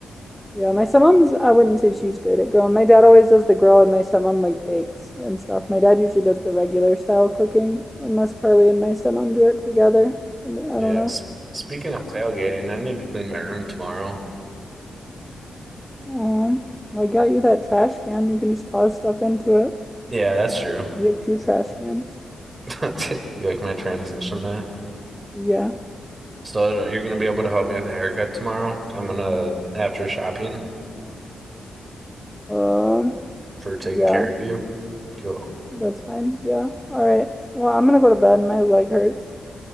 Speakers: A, in the centre; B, on the right.
A: Yeah, my stepmom's I wouldn't say she's great at grilling. My dad always does the grill and my stepmom like bakes and stuff. My dad usually does the regular style cooking, unless Charlie and my stepmom do it together. And I
B: Yeah.
A: don't know.
B: S speaking of tailgating, I need to clean my room tomorrow.
A: Um, I got you that trash can. You can just toss stuff into it.
B: Yeah, that's true.
A: You have two trash cans.
B: <laughs> You like my transition there?
A: Yeah.
B: So uh, you're gonna be able to help me with a haircut tomorrow. I'm gonna uh, after shopping
A: Um,
B: for taking
A: yeah.
B: care of you. Cool.
A: That's fine. Yeah. All right. Well, I'm gonna go to bed. My leg hurts.